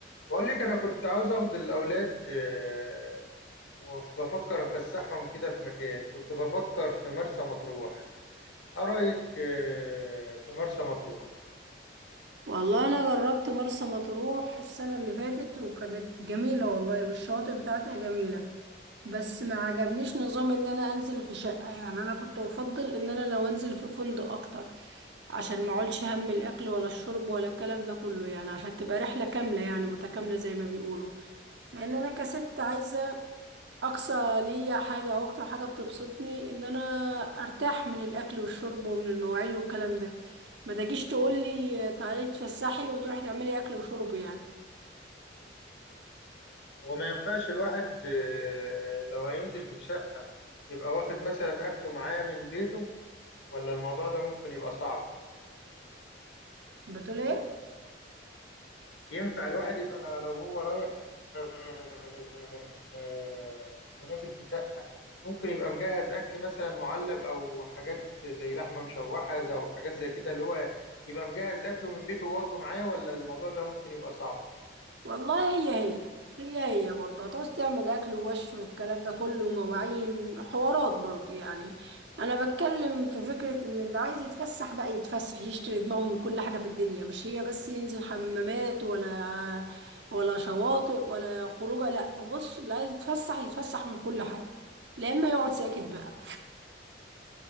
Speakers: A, on the left (about 75°); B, on the right (about 65°).
A: بقول لك انا كنت عاوز اخد الاولاد آه، وبفكر افسحهم كده في مكان كنت بفكر في مرسى مطروح ايه رايك آه، في مرسى مطروح
B: والله انا جربت مرسى مطروح السنه اللي فاتت وكانت جميله والله والشواطئ بتاعتها جميله بس ما عجبنيش نظام ان انا انزل في شقه يعني انا كنت افضل ان انا لو انزل في فندق اكتر عشان ما اقولش هم الاكل ولا الشرب ولا الكلام ده كله يعني عشان تبقى رحله كامله يعني متكامله زي ما بيقولوا لان انا كست عايزه اقصى ليا حاجه او اكتر حاجه بتبسطني ان انا ارتاح من الاكل والشرب ومن المواعين والكلام ده ما تجيش تقول لي تعالي تفسحي وتروحي تعملي اكل وشرب يعني
A: هو ما ينفعش الواحد آه، لو هينزل في شقه يبقى واخد مثلا اكله معاه من بيته ولا الموضوع ده ممكن يبقى صعب
B: بتقول ايه
A: ينفع الواحد يبقى لو هو رايح آه، آه، ونازل في شقة ممكن يبقى مجهز أكل مثلا معلب أو حاجات زي لحمة مشوحة زي- أو حاجات زي كده اللي هو يبقى مجهز أكله من بيته واخده معاه ولا الموضوع ده ممكن يبقى صعب
B: والله هي هي هي هي برضه هتعوز تعمل اكل ووش والكلام ده كله مواعين حوارات برضه يعني انا بتكلم في فكرة ان اللي عايز يتفسح بقى يتفسح يشتري دماغه من كل حاجة في الدنيا مش هي بس ينزل حمامات ولا ولا شواطئ ولا خروجه لا بص اللي عايز يتفسح يتفسح من كل حاجة لا اما يقعد ساكت بقى